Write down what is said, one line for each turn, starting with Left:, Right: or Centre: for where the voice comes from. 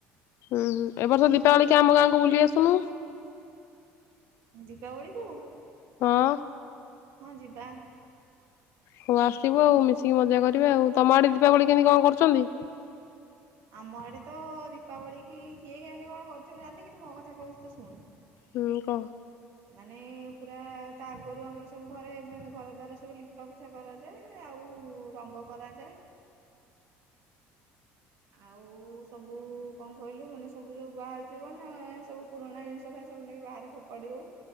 Left: ହୁଁ ଏ ବର୍ଷ ଦୀପାବଳି କି ଆମ ଗାଁକୁ ବୁଲି ଆସୁନୁ
Right: ଦୀପାବଳିକୁୁ
Left: ହଁ।
Right: ହଁ ଯିବା।
Left: ହଉ ଆସିବୁ ଆଉ ମିଶିକି ମଜା କରିବା ଆଉ ତମ ଆଡେ ଦୀପାବଳି କେମିତି କଣ କରୁଚନ୍ତି?
Right: ଆମ ଆଡେ ତ ଦୀପାବଳି କି କିଏ ହେନ୍ତି କଣ କରୁଛି ମୁଁ ଜାଣନ୍ତିି କିନ୍ତୁ ମୋ କଥା କହୁଛି ତୁ ଶୁଣୁ
Left: ହୁଁ କହ।
Right: ମାନେ ପୁରା ତା ଆଗରୁ ଆମର ସବୁ ଘରେ ମାନେ ଘର ଦ୍ୱାରା ସବୁ ଲିପା ପୋଛା କରାଯାଏ ଆଉ ରଙ୍ଗ କରାଯାଏ। ଆଉ ସବୁ କଣ କହିଲୁ ମାନେ ସବୁ ଯୋଉ ବାହାରୁ ଯଉ ମ ସବୁ ପୁରୁଣା ଜିନିଷ ଥାଏ ସବୁ ନେଇକି ବାହାରେ ଫୋପାଡ଼ି ଦଉ